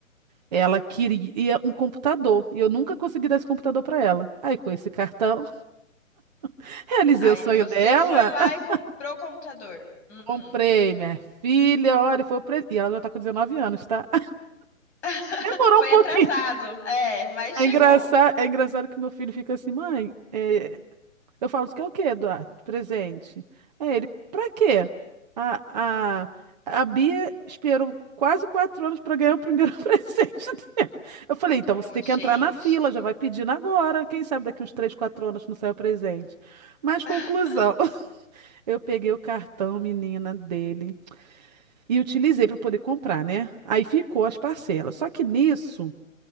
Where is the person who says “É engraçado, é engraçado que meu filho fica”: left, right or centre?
Right